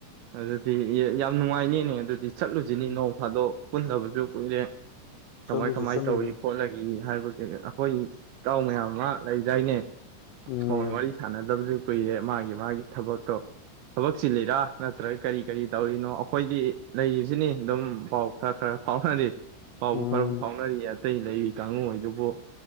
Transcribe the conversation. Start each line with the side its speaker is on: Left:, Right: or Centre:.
Right: ꯑꯗꯨꯗꯤ ꯌꯥꯝ ꯅꯨꯡꯉꯥꯏꯅꯦꯅꯦ ꯑꯗꯨꯗꯤ ꯆꯠꯂꯨꯁꯤꯅꯤ
Left: ꯎꯝ
Right: ꯅꯣꯡ ꯐꯥꯗꯣꯛ ꯄꯨꯟꯗꯕꯁꯨ ꯀꯨꯏꯔꯦ ꯀꯃꯥꯏ
Left: ꯆꯠꯂꯨꯁꯦ
Right: ꯀꯃꯥꯏ
Left: ꯆꯠꯂꯨꯁꯦ
Right: ꯇꯧꯏ ꯈꯣꯠꯂꯒ ꯍꯥꯏꯕꯒꯤ ꯑꯩꯈꯣꯏ ꯏꯇꯥꯎ ꯃꯌꯥꯝ ꯑꯃ ꯂꯩ ꯌꯥꯏꯅꯦ
Left: ꯎꯝ
Right: ꯍꯣꯏ ꯋꯥꯔꯤ ꯁꯥꯟꯅꯗꯕꯁꯨ ꯀꯨꯏꯔꯦ ꯃꯥꯒꯤ ꯆꯉ ꯊꯕꯠꯇꯣ ꯊꯕꯛ ꯆꯤꯜꯂꯤꯔꯥ ꯅꯠꯇ꯭ꯔꯒ ꯀꯔꯤ ꯀꯔꯤ ꯇꯧꯔꯤꯅꯣ ꯑꯩꯈꯣꯏꯗꯤ ꯂꯩꯔꯤꯁꯤꯅꯤ ꯑꯗꯨꯝ ꯄꯥꯎ ꯈꯔ ꯈꯔ ꯐꯥꯎꯅꯔꯤ ꯐꯥꯎꯕ
Left: ꯎꯝ
Right: ꯐꯔꯕꯨ ꯐꯥꯎꯅ ꯍꯥꯏ ꯑꯇꯩ ꯂꯩꯔꯤ ꯀꯥꯡꯕꯨꯗꯨꯕꯨ